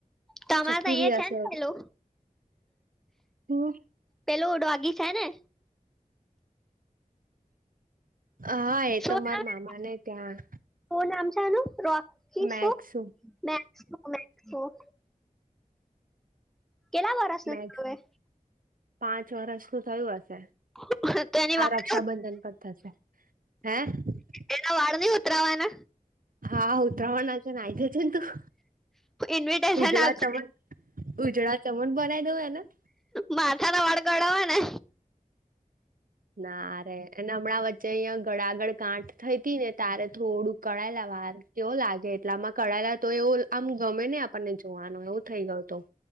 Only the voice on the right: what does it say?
ચટુરી
હશે
હમ્મ.
હા એ
તો માર
મામાને ત્યાં.
મેક્સુ
મેક્સ
પાંચ વર્ષું થયું હશે
આ
રક્ષાબંધન પર થશે. હે
હા ઉતરાવણ છે ને આઈ જજે ને તું.
ઉજળા
ચમણ ઉજળા ચમણ બનાવી દઉ એના.
ના રે એના હમણાં વચ્ચે અહિયાં ગળા આગળ ગાંઠ થતી ને તારે થોડું કળાયેલા વાર કેવ લાગે એટલે માં કળાયેલા તો એવું આમ ગમે ને આપણને જોવાનું એવું થઈ ગયું તો.